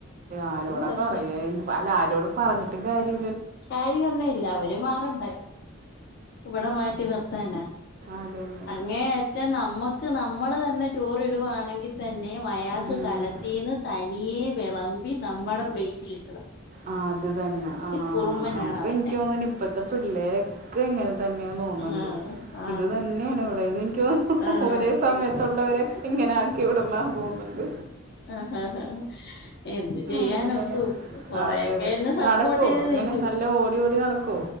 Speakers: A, on the right (about 40°); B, on the left (about 50°).
A: ആരോടാ
B: പ്രശ്നം
A: പറയാല്ല ആരോട പറഞ്ഞിട്ടും കാര്യ
B: കാര്യൊന്നും ഇല്ല അവര് മാറണ്ട ഇവിടെ മാറ്റി നിർത്താനാ
A: അതന്നെ
B: അങ്ങേറ്റാ നമ്മക്ക് നമ്മള് തന്നെ ചോറിടുകവാണെങ്കിൽ തന്നെ മയാക്ക്
A: ഉം.
B: കാലത്തിൽന്ന് തനിയെ വിളമ്പി നമ്മുടെ പ്ലേറ്റിലി
A: ആ അത് തന്നെ ആഹ
B: കുറുമ്പനാണ്
A: ആഹ അപ്പൊ
B: അവൻ
A: എനിക്ക് തോന്ന ഇപ്പത്തെ പിള്ളേരൊക്കെ എങ്ങനെ തന്നെയ തോന്നുന്നുണ്ട്
B: ആഹ് ആഹ്
A: ഇത് തന്നെയാണ് ഇവിടെ ഇത് ഒും
B: ആഹ്
A: ഒരേ സമയത്തുള്ളവരെക്കെ
B: എന്ത് ചെയ്യാൻ
A: ഇങ്ങനെ ആക്കി വിടങ്ങാൻ പോകുന്നുണ്ട്
B: ആഹ് ആ ആ എന്ത് ചെയ്യാനൊക്കും
A: അങ്ങനെ
B: കൊറെയൊക്കെ
A: അതെ അതെ
B: എന്നെ സപ്പോർട്ട്
A: നടക്കോ
B: ചെയ്ത്
A: അങ്ങനെ
B: നിക്കും
A: നല്ല ഓടി ഓടി നടക്കോ